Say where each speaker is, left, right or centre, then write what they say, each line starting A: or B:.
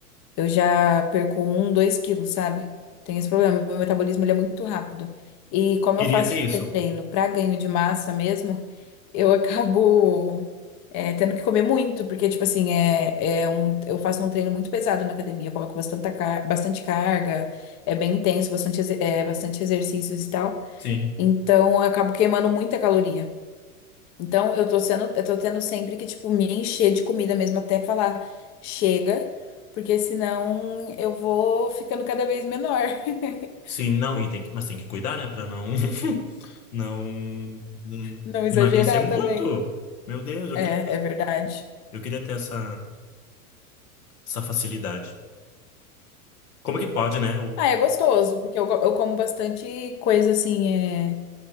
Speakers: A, on the left (about 40°); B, on the left (about 80°).
A: Eu já perco um, dois quilos, sabe? Tenho esse problema. Meu metabolismo ele é muito rápido. E como
B: Queria
A: eu faço
B: ter isso.
A: treino para ganho de massa mesmo, eu <laughs> acabo é, tendo que comer muito, porque, tipo assim, é, é um, eu faço um treino muito pesado na academia. Eu coloco bastante, car- bastante carga, é bem intenso, bastante, exe- é, bastante exercícios e tal.
B: Sim.
A: Então, eu acabo queimando muita caloria. Então, eu tô sendo, eu tô tendo sempre que, tipo, me encher de comida mesmo até falar chega, porque senão eu vou ficando cada vez menor. <laughs>
B: Sim, não, e tem que- mas tem que cuidar, né, Pra não <laughs> não não
A: Não exagerar
B: emagrecer muito.
A: também.
B: Meu Deus, eu
A: É,
B: queria
A: é verdade.
B: Eu queria ter essa, essa facilidade. Como que pode, né? O,
A: Ah, é gostoso, porque eu, go- eu como bastante coisa assim, é...